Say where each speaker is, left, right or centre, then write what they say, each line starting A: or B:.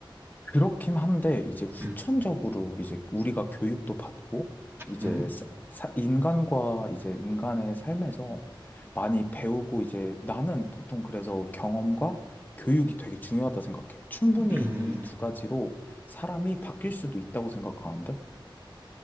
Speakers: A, on the left; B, on the right.
A: 그렇긴 한데 이제 후천적으로
B: 음,
A: 이제 우리가 교육도 받고 이제
B: 음,
A: 사- 사- 인간과 이제 인간의 삶에서 많이 배우고 이제 나는 보통 그래서 경험과 교육이 되게 중요하다 생각해. 충분히
B: 음.
A: 이 두 가지로 사람이 바뀔 수도 있다고 생각하는데.